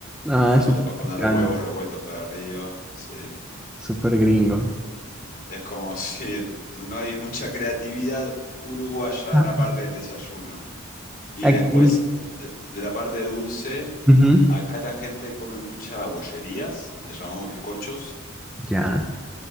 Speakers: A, in the centre; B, on the left.
A: Ah,
B: También
A: es súper
B: le puedes poner
A: mexicano,
B: huevos revueltos para arriba. Sí.
A: súper gringo.
B: Es como <laughs> decir, no no hay mucha creatividad uruguaya
A: Ah,
B: en la parte del desayuno. Y
A: Aquí.
B: después, de de la parte dulce,
A: Ujú,
B: acá la gente come mucha bollerías, que le llamamos bizcochos.
A: Ya.